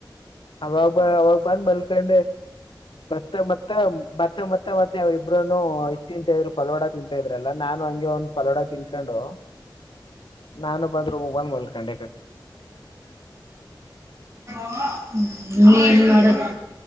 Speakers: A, on the left; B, on the right.
A: ಅವಾಗ ಅವಾಗ ಬಂದ್ ಮ ಮತ್ತೆ ಮತ್ತ ಮತ್ತ ಮತ್ತ ಮತ್ತ ಮತ್ಯೆ ಇಬ್ರನು ಇತ್ತಂತ ಫಲವಾಡ ತಿಂತಾ ಇದ್ರಲ್ಲ ನಾನು ಹಂಗೆ ಒಂದ್ ಫಲೋಡ ತಿನ್ಕೊಂಡು ನಾನು ಬಂದ್ರು ಮೊಬೈಲ್ ಮಲ್ಕೊಂಡಿ
B: ಹಾ ನೀನ್ ಮಡದ್